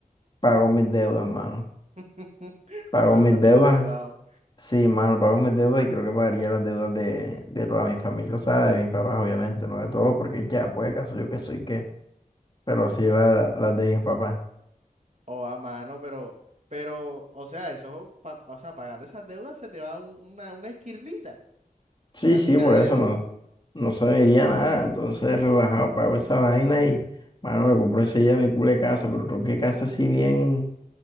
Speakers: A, on the left; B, on the right.
A: pago mis deudas, mano.
B: <laughs>
A: Pago
B: Joa, mano,
A: mis
B: no está
A: deudas.
B: endeudado.
A: Sí, mano, pago mis deudas y creo que pagaría las deudas de, de toda mi familia, o sea, de mis papás, obviamente, no de todos, porque ya, pues, caso yo que soy qué, pero sí la- las de mis papás.
B: Joa, mano, pero, pero, o sea, eso, pa- o sea, pagando esas deudas se te va un- una, una esquirlita.
A: Sí,
B: Así
A: sí,
B: nada
A: por eso
B: de eso.
A: no, no se me iría nada, entonces relajado, pago esa vaina y, mano, me compro enseguida mi culo de casa, pero creo que casa así bien,